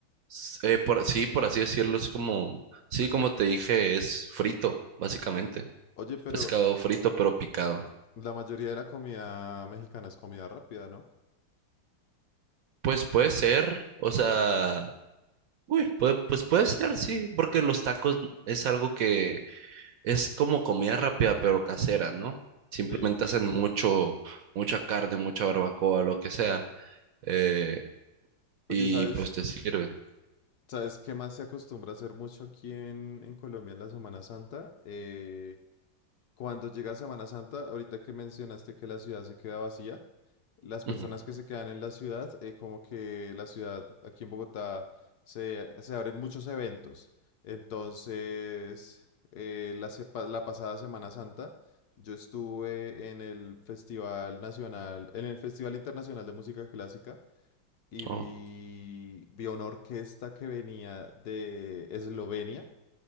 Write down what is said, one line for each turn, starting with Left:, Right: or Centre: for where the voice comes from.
Right: S- eh, por, sí, por así decirlo, es como, sí, como te dije, es frito, básicamente.
Left: Oye, pero
Right: Pescado frito, pero picado.
Left: la mayoría de la comida mexicana es comida rápida, ¿no?
Right: Pues puede ser, o sea, uy, puede- pues puede ser, sí, porque los tacos es algo que es como comida rápida, pero casera, ¿no? Simplemente
Left: Sí.
Right: hacen mucho, mucha carne, mucha barbacoa, lo que sea, eh, y
Left: Oye, ¿sabes,
Right: pues te sirven.
Left: sabes qué más se acostumbra a hacer mucho aquí en, en Colombia en la Semana Santa? Eh, Cuando llega Semana Santa, ahorita que mencionaste que la ciudad se queda vacía, las personas
Right: Ujú.
Left: que se quedan en la ciudad, eh, como que la ciudad aquí en Bogotá se, se abren muchos eventos. Entonces, eh, la, sepa- la pasada Semana Santa, yo estuve en el Festival Nacional, en el Festival Internacional de Música Clásica y vi,
Right: Oh.
Left: vi una orquesta que venía de Eslovenia